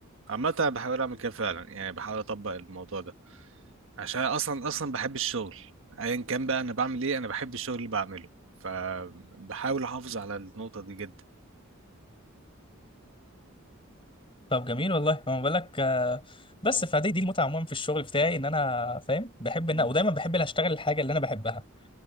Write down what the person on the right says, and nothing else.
عامة أنا بحاول أعمل كده فعلا يعني بحاول أطبق الموضوع ده عشان اصلا اصلا بحب الشغل ايا كان بقى انا بعمل ايه انا بحب الشغل اللي بعمله فبحاول احافظ على النقطة دي جدا
مم.